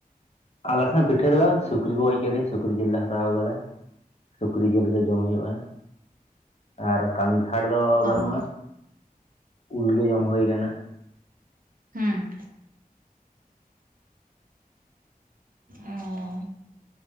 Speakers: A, on the left (about 45°); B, on the right (about 65°).
A: ᱟᱞᱮᱴᱷᱮᱱ ᱯᱤᱴᱷᱟᱹ ᱫᱚ ᱵᱟᱝ ᱥᱩᱠᱨᱤ ᱠᱚ ᱜᱚᱡ ᱠᱮᱫᱮᱭᱟ ᱥᱩᱠᱨᱤ ᱡᱤᱞ ᱞᱮ ᱦᱟᱛᱟᱣ ᱟᱠᱟᱫ᱾ ᱥᱩᱠᱨᱤ ᱡᱤᱞ ᱜᱮ ᱡᱚᱢ ᱦᱩᱭᱩᱜ-ᱟ᱾ ᱟᱨ ᱠᱟᱱᱴᱷᱟᱲ ᱫᱚ
B: ᱚ
A: ᱵᱟᱹᱱᱩᱜ-ᱟ ᱩᱞ ᱜᱮ ᱡᱚᱢ ᱦᱳᱭ ᱠᱟᱱᱟ᱾
B: ᱦᱮᱸ ᱚ